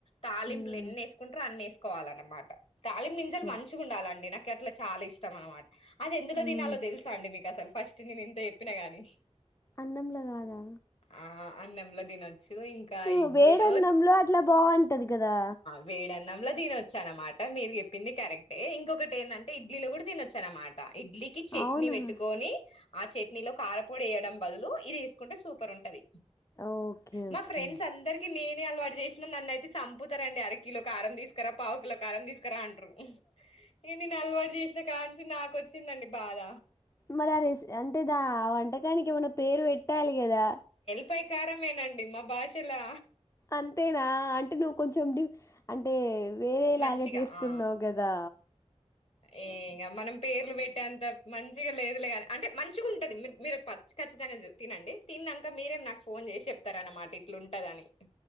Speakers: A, on the left; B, on the left.
A: తాలింపులు
B: మ్మ్.
A: ఎన్ని వేసుకుంటారో అన్ని వేసుకోవాలన్నమాట తాలిం గింజలు
B: ఓకే.
A: మంచిగా ఉండాలండి నాక్ అట్లా చాలా ఇష్టం అన్నమాట అది ఎందులో
B: మ్మ్.
A: తినలో తెలుసు మీ అసలు ఫస్ట్ నేను ఇంత చెప్పినా గాని
B: అన్నంలా కాదా
A: ఆ! అన్నంలో తినొచ్చు ఇంకా
B: ఉ,
A: ఇడ్లీలో
B: వేడన్నంలో అట్లా బాగుంటది కదా
A: వేడి అన్నంలో తనిొచ్చానన్నమాట మీరు చెప్పింది కరెక్టే ఇంకొకటి ఏంటంటే ఇడ్లీలో కూడా తినొచ్చానన్నమాట ఇడ్లీకి చట్నీ
B: అవునా
A: పెట్టుకొని ఆ చట్నీలో కారపొడి వేయడం బదులు ఇది తీసుకుంటే సూపర్ ఉంటది
B: ఓకే
A: మా
B: ఓకే
A: ఫ్రెండ్స్ అందరికి నేను అలవాటు చేసినా నన్ను అయితే చంపుతారండి అరకిలో ఒక కారం తీసుకురా పావుకులకు కాలం తీసుకురా అంటారు ఇ నేను అలవాటు చేసిన కా నుంచి నాకు వచ్చిందండి బాధ
B: మరి ర అంటే దా వంటకానికి ఏమైన్నా పేరు పెట్టాలి కదా
A: పై కారంమేనండి మా భాషలా
B: అంతేనా అంటే నువ్వు కొంచెం అంటే వేరేలాగా
A: మంచిగా
B: చేస్తున్నావు
A: ఆ
B: కదా
A: ఏం మనం పేర్లు పెట్టే అంత మంచిగా లేదులేగాని అంటే మంచిగా ఉంటది మీరు ఖచ్చిత తినండి తినాక మీరేం నాకు ఫోన్ చేసి చెప్తార అన్నమాట ఇట్లుంటదని